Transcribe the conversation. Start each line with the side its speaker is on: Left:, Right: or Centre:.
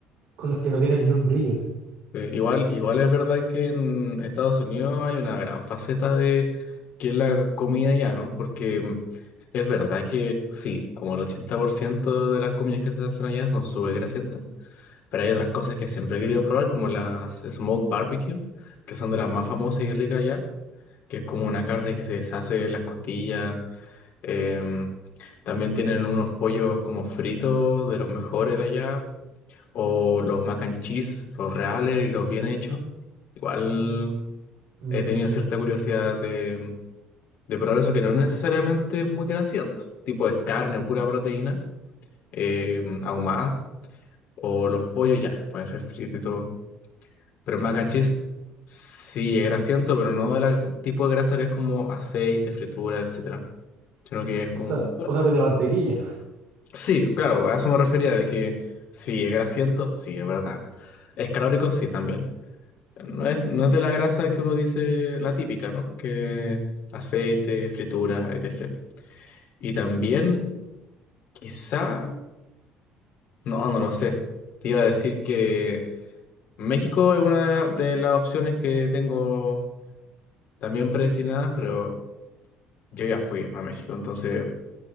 Right: cosas que no tienen ni un brillo, así.
Left: sí. Igual, igual es verdad que en Estados Unidos hay una gran faceta de que es la comida ya, ¿no? Porque mm, es verdad que sí, como el 80% de las comidas que se hacen allá son súper grasientas, pero hay otras cosas que siempre he querido probar, como las smoke barbecue, que son de las más famosas y ricas allá, que es como una carne que se deshace en las costillas Em, también tienen unos pollos como fritos de los mejores de allá, o los mac and cheese, los reales y los bien hechos. Igual
Right: Mm,
Left: he tenido cierta curiosidad de, de probar eso que no es necesariamente muy grasiento, tipo es carne, pura proteína, em, ahumada, o los pollos ya, pueden ser fritos y todo. Pero el mac and cheese sí es grasiento, pero no del tipo de grasa que es como aceite, fritura, etcétera, sino que es
Right: O
Left: como
Right: sea,
Left: un plato de
Right: o sea,
Left: pasta,
Right: tiene mantequilla.
Left: ¿no? Sí, claro, a eso me refería de que si es grasiento, sí, es verdad. Es calórico, sí, también. No es, no es de la grasa que uno dice la típica, ¿no? Que aceite, fritura, etc. Y también, quizá, no, no lo sé. Te iba a decir que México es una de, la- de las opciones que tengo también predestinadas, pero yo ya fui a México, entonces